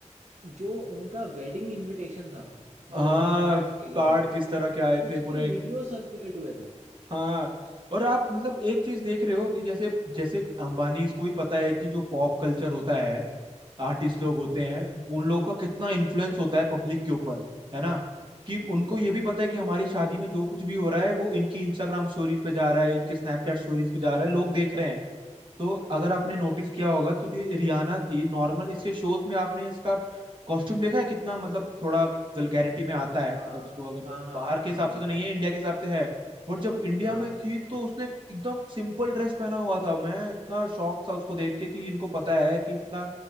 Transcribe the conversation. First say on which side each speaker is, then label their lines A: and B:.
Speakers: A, on the right (about 70°); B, on the right (about 40°).
A: जो उनका वेडिंग इनविटेशन था जो
B: हाँ
A: उन्होंने कार्ड्स भेजे
B: कार्ड
A: थे
B: किस तरह के आए
A: उसके
B: थे पूरा एक
A: वीडियो सर्कुलेट हुए थे
B: हाँ और आप मतलब एक चीज देख रहे हो कि जैसे जैसे अंबानीज को भी पता है कि जो पॉप कल्चर होता है आर्टिस्ट
A: हम्म
B: लोग होते हैं उन लोगों का कितना इन्फ्लुएंस होता है पब्लिक के ऊपर है ना कि
A: बिल्कुल
B: उनको ये भी पता है कि हमारी शादी में जो कुछ भी हो रहा है वो इनकी इंस्टाग्राम स्टोरीज पे जा रहा है इनके स्नैपचैट स्टोरीज पे जा रहा है लोग देख रहे हैं तो अगर आपने नोटिस किया होगा तो जो रियाना थी नॉर्मल इसके शोज में आपने इसका कॉस्ट्यूम देखा है कितना मतलब थोड़ा वल्गैरिटी में आता है मतलब
A: हाँ
B: उसको अगर
A: हाँ हाँ
B: बाहर
A: हाँ
B: के
A: हाँ
B: हिसाब
A: हाँ
B: से तो नहीं है इंडिया के हिसाब से है बट जब इंडिया
A: हाँ
B: में
A: बिल्कुल
B: थी तो उसने एकदम सिंपल ड्रेस पहना हुआ था मैं इतना शॉक था उसको देख के कि इनको पता है कि इतना